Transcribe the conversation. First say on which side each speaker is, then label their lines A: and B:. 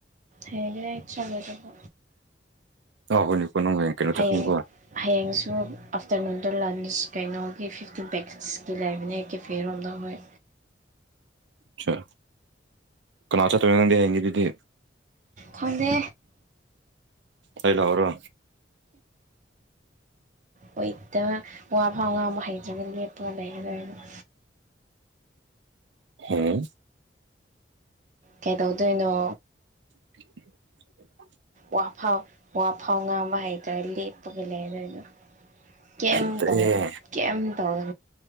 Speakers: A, on the right; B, on the right.
A: ꯍꯌꯦꯡꯗꯤ ꯑꯩ ꯆꯠꯂꯣꯢꯗꯕꯨ
B: ꯑꯥ ꯍꯣꯏꯅꯦꯀꯣ ꯅꯪ ꯀꯩꯅꯣ
A: ꯍꯌꯦꯡ
B: ꯆꯠꯀꯅꯤꯀꯣ
A: ꯍꯌꯦꯡꯁꯨ ꯑꯥꯐꯇꯔꯅꯨꯟ ꯇꯔ ꯂꯟꯁ ꯀꯩꯅꯣꯒꯤ ꯐꯤꯐꯇꯤꯟ ꯄꯦꯛꯀꯦꯠꯁꯀꯤ ꯂꯩꯕꯅꯦ ꯀꯦ ꯐꯦ ꯔꯣꯝꯗ ꯍꯣꯏ
B: ꯆꯥ ꯀꯅꯥ ꯆꯠꯇꯣꯢꯅꯣ ꯅꯪꯗꯤ ꯍꯌꯦꯡ ꯑꯗꯨꯗꯤ
A: ꯈꯪꯗꯦ
B: ꯑꯩ ꯂꯥꯛꯑꯣꯔꯣ
A: ꯑꯣꯏꯗ ꯋꯥ ꯐꯥꯎ ꯉꯥꯡꯕ ꯍꯩꯇ꯭ꯔꯒ ꯂꯦꯞꯄꯒ ꯂꯩꯔꯒ ꯂꯣꯏꯔꯦ
B: ꯍꯝ
A: ꯀꯩꯗꯧꯗꯣꯏꯅꯣ
B: <inaudible>
A: ꯋꯥ ꯐꯥꯎ ꯋꯥ ꯐꯥꯎ ꯉꯥꯡ ꯍꯩꯇꯔꯗꯤ ꯂꯦꯞꯄꯒ ꯂꯩꯗꯣꯏꯗꯣ ꯀꯩꯝ
B: ꯎꯁꯤꯠꯇ꯭ꯔꯦꯍꯦ
A: ꯇꯧ ꯀꯩꯝ ꯇꯧ <inaudible>